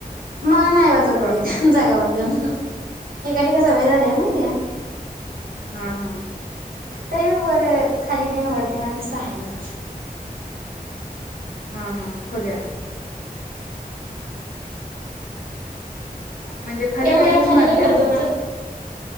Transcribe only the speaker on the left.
हा
हा
हा हा
हा हा खोल्या म्हणजे
खाली काय
रूम
बांध्यल्यात?